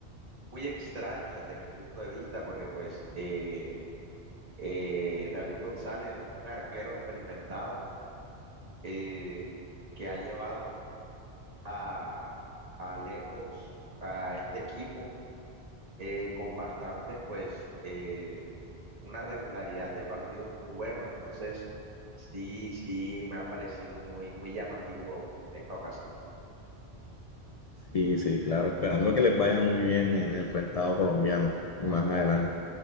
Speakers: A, on the right; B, on the left.
A: muy extraño desde mi punto de vista, porque pues eh, eh, David González es un arquero experimentado eh, que ha llevado a, a lejos a este equipo eh, con bastantes, pues, eh, una regularidad de partidos muy buenos. Entonces, sí, sí, me ha parecido muy, muy llamativo esta ocasión.
B: Sí, sí, claro, esperando que les vaya muy bien en el rentado colombiano más adelante.